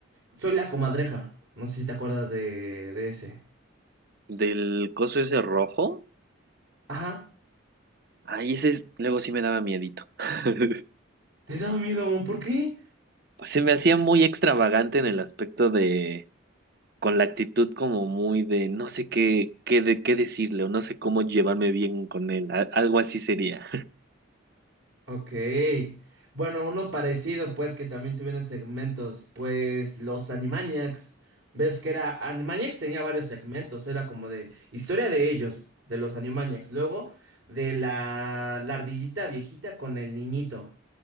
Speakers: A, on the right (about 70°); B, on the right (about 50°).
A: Soy la comadreja, no sé si te acuerdas de, de ese.
B: Del coso ese rojo,
A: Ajá,
B: ay, ese es- luego sí me daba miedito. <laughs>
A: te da miedo, ¿por qué?
B: Se me hacía muy extravagante en el aspecto de, con la actitud como muy de, no sé qué, qué, de, qué decirle o no sé cómo llevarme bien con él, a- algo así sería.
A: Ok. Bueno, uno parecido, pues, que también tuvieron segmentos, pues, los Animaniacs. Ves que era, Animaniacs tenía varios segmentos, era como de historia de ellos, de los Animaniacs. Luego, de la, la ardillita viejita con el niñito.